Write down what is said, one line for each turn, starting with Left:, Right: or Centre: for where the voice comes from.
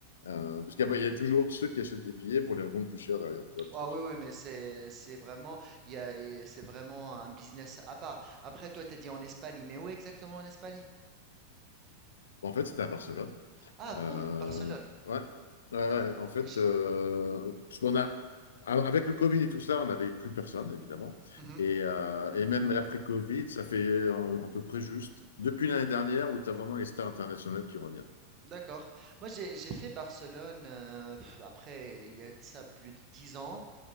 Left: euh, parce qu'après, il y a toujours ceux qui achètent des billets pour les revendre plus cher derrière, tu vois, le trafic.
Right: Ah oui, oui, mais c'est c'est vraiment il y a et c'est vraiment un business à part. Après, toi, t'as dit en Espagne, mais où exactement en Espagne?
Left: En fait, c'était à Barcelone,
Right: Ah,
Left: Euh,
Right: cool, Barcelone.
Left: ouais. Ouais,
Right: Euh,
Left: ouais. en fait,
Right: j'ai-
Left: euh, parce qu'on a, avec le Covid et tout ça, on n'avait plus personne, évidemment.
Right: Mhm,
Left: Et, euh, et même l'après-Covid, ça fait en- à peu près juste depuis l'année dernière où tu as vraiment les stars internationales qui reviennent.
Right: d'accord. Moi, j'ai j'ai fait Barcelone. euh, pff, après, il y a de ça plus de dix ans.